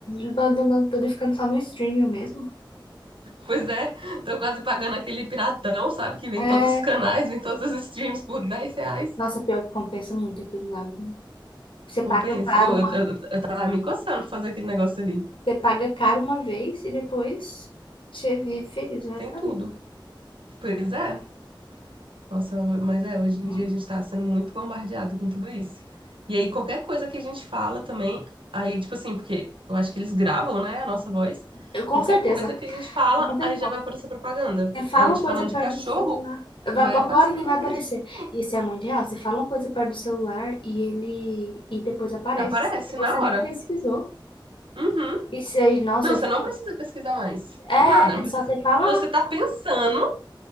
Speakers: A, on the left; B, on the right.
A: abandonando tudo e ficando só no streaming mesmo.
B: Pois é. Tô quase pagando aquele piratão, sabe? Que vem
A: É,
B: todos os canais, vem todos os streams por 10 reais.
A: nossa, pior que compensa muito aquilo lá. viu? Você
B: Compensa.
A: paga caro
B: Eu,
A: uma,
B: eu, eu tava me coçando pra fazer aquele negócio ali.
A: você paga caro uma vez e depois você vive feliz o resto
B: Tem
A: da
B: tudo.
A: vida.
B: Pois é. Nossa, ho- mas é, hoje em
A: Hum,
B: dia a gente tá sendo muito bombardeado com tudo isso. E aí, qualquer coisa que a gente fala também, aí, tipo assim, porque eu acho que eles gravam, né, a nossa voz.
A: eu- Com
B: Qualquer
A: certeza.
B: coisa que a gente fala,
A: Não tem
B: aí
A: como.
B: já vai aparecer propaganda.
A: Você fala
B: A gente
A: uma coisa
B: falando
A: perto
B: de cachorro,
A: do celular. Vai-
B: vai
A: Agora
B: aparecer
A: ninguém
B: propaganda
A: vai aparecer.
B: de cachorro.
A: Isso é muito real. Você fala uma coisa perto do celular e ele e depois aparece.
B: Aparece
A: E você
B: na
A: nem
B: hora.
A: pesquisou.
B: Uhum.
A: Isso aí, nossa,
B: Não,
A: eu
B: você
A: fico.
B: não precisa pesquisar mais.
A: É,
B: Nada, não
A: é
B: precisa.
A: só você falar.
B: Você tá pensando,